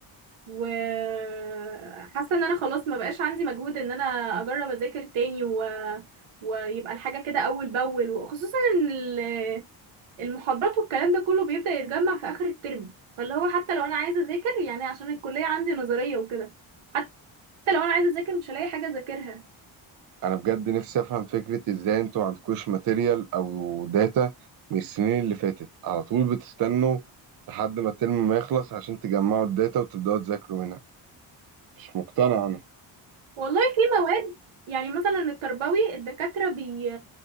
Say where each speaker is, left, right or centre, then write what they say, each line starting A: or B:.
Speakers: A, on the right; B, on the right.
A: وحاسة ان انا خلاص ما بقاش عندي مجهود ان انا اجرب اذاكر تاني و... ويبقى الحاجة كده اول باول وخصوصا ان ال... المحاضرات والكلام ده كله بيبدأ يتجمع في آخر الترم فاللي هو حتى لو أنا عايزة أذاكر يعني عشان الكلية عندي نظرية وكده حتى لو أنا عايزة أذاكر مش هلاقي حاجة أذاكرها
B: انا بجد نفسي افهم فكرة ازاي انتوا عندكوش ماتيريال او داتا من السنين اللي فاتت على طول بتستنوا لحد ما الترم ما يخلص عشان تجمعوا الداتا وتبدأوا تذاكروا منها مش مقتنع انا
A: والله في مواد يعني مثلا التربوي الدكاترة بي